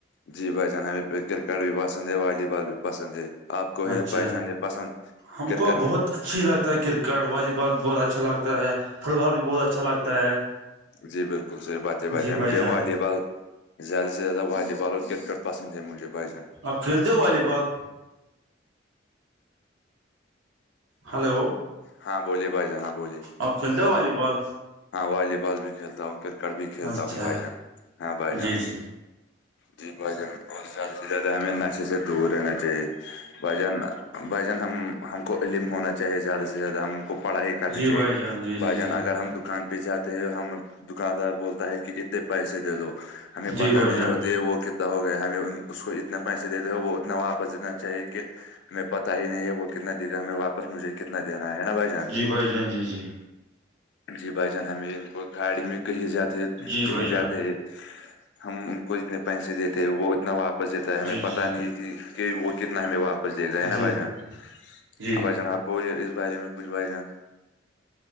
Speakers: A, on the left; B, on the right.
A: جی بھ جان ہمیں پہ کرکٹ بھی پسند ہے والی بال بھی پسند ہے آپ کو یہ
B: اچھا
A: پائی جان یہ پسند
B: ہم
A: کرکٹک
B: کو بہت اچھی لگتا ہے کرکٹ والی بال بھی بہت اچھا لگتا ہے فٹ بال بھی بہت اچھا لگتا ہے
A: جی بالکل صحیح باتیں ب
B: جی
A: جائیں
B: بھائی
A: مجھے
B: جان
A: والی بال زیادہ سے زیادہ والی بال اور کرکٹ پسند ہے مجھے بچ جان
B: اپ کھیلتے ہو والی بال ہلو
A: ہاں بولیے بھائی جان ہاں بولیے
B: آپ کھیل دو ہو والی بال
A: ہاں والی بال بھی کھیلتا ہوں کرکٹ بھی کھیلتا
B: اچھا
A: ہوں بھائی جان ہاں بھائی جان
B: جی جی
A: جی بھ جان اور زیادہ سے زیادہ ہمیں نشے سے دور رہنا چاہیے بھائی جان بھ جان ہم کو علم ہونا چاہیے زیادہ سے زیادہ ہم کو پڑھائی کرنی
B: جی
A: چاہیے
B: بھائی جان جی جی
A: بھائی جان
B: جی
A: اگر ہم دکان پہ جاتے ہیں ہم دکاندار بولتا ہے کہ کتنے پیسے دے دو ہمیں پت
B: جی بھائی
A: نہیں
B: جان
A: ہوتے وہ کتنے ہو گیا ہمیں اس کو اتنے پیسے دیتے ہو وہ اتنا واپس دینا چاہیے کہ ہمیں پتا ہی نہیں ہے وہ کتنا د گا ہمیں واپس مجھے کتنا دینا ہے نا بھائی جان
B: شی بائی جنجی جی
A: جی بھائی جان ہمیں ان کو گاڑی میں کہیں جاتے ہے
B: جی
A: کہیں
B: بھائی جان
A: جاتے ہم ان کو اتنے پیسے دیتے وہ اتنا واپس دیتا ہے ہمیں
B: جی
A: پتہ
B: جی
A: نہیں کہ وہ کتنا ہمیں واپس دے گیا ہے
B: جی
A: نا بھائی جان
B: جی
A: بھائی جان آپ بولے اس بارے میں کچھ بجان